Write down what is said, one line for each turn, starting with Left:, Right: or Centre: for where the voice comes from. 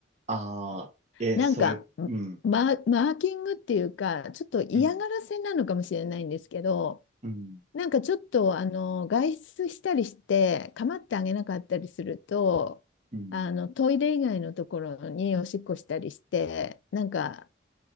Right: ああ、え、
Left: なんか、
Right: それ、うん。
Left: マ、マーキングっていうか、ちょっと嫌がらせなのかもしれないんですけど、
Right: うん、うん、
Left: なんかちょっとあの外出したりして構ってあげなかったりするとあのトイレ以外のところにおしっこしたりしてなんか
Right: うん、